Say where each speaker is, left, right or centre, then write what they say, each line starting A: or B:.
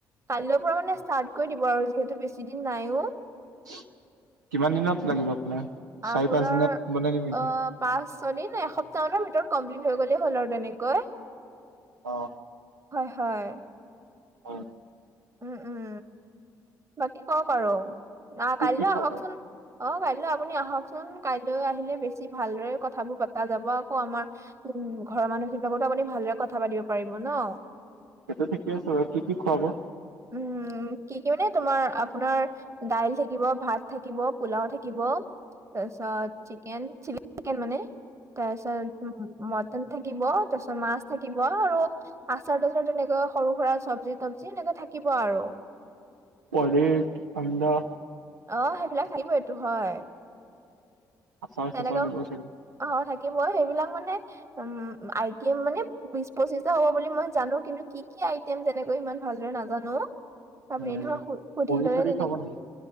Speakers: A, on the right; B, on the right.
A: কালৈৰৰ পৰা মানে ষ্টাৰ্ট কৰি দিব আৰু যিহেতু বেছি দিন নাইও।
B: ওচ কিমান দিনত লাগিব আপোনাৰ চাৰি
A: আপোনাৰ
B: পাঁচ দিনত বনাই দিম নেকি
A: অ পাঁচ ছদিন এসপ্তাহ মানৰ ভিতৰত কমপ্লিট হৈ গ'লেই হ'ল আৰু তেনেকৈ
B: অ
A: হয় হয়।
B: হয়
A: উম উম বাকী কওক আৰু আহ
B: কি
A: কাইলৈ
B: কি খুৱাব
A: আহকচোন। অ কাইলৈ আপুনি আহকচোন কাইলৈ আহিলে বেছি ভালদৰে কথাবোৰ পতা যাব আকৌ আমাৰ উম ঘৰৰ মানুহখিনিৰ লগতো আপুনি ভালদৰে কথা পাতিব পাৰিব ন।
B: সেইটো ঠিকে আছে বাৰু কি কি খুৱাব
A: উম কি কি মানে তোমাৰ আপোনাৰ দাইল থাকিব, ভাত থাকিব, পোলাও থাকিব। তাৰপিছত চিকেন, চিলি চিকেন মানে তাৰপিছত উম ম কেন থাকিব, তাৰ পিছত মাছ থাকিব, আৰু। আচাৰ তাচাৰ তেনেকে সৰু সুৰা চব্জি- তবজি এনেকে থাকিব আৰু।
B: পনিৰ আন্দা
A: অ', সেইবিলাক থাকিবৈটো হয়।
B: আছাৰ
A: তেনেকৈ
B: চাচাৰ দিব চাগে?
A: অ', থাকিব। সেইবিলাক মানে, উম। আইটেম মানে বিছ পঁচিছটা হব বুলি মই জানো। কিন্তু কি কি আই তেনেকৈ ইমান ভালদৰে নাজানো। তথাপি
B: উম,
A: সুধিল
B: পুৰি
A: লৈ
B: চুৰি
A: তেনেক
B: খাব নেকি?